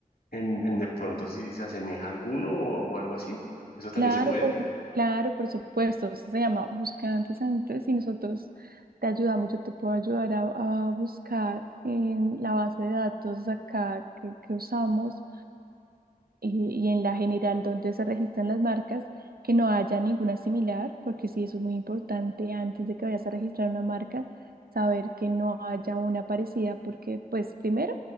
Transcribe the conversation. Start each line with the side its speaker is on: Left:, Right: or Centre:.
Left: en, en de pronto si se asemeja a alguno o, o algo así. Eso también
Right: Claro,
Left: se puede.
Right: por, su- claro, por supuesto, eso se llama buscar antecedentes y nosotros te ayudamos, yo te puedo ayudar a, a buscar en la base de datos acá que, que usamos y, y en la general donde se registran las marcas, que no haya ninguna similar, porque sí, eso es muy importante antes de que vayas a registrar una marca, saber que no haya una parecida, porque pues primero,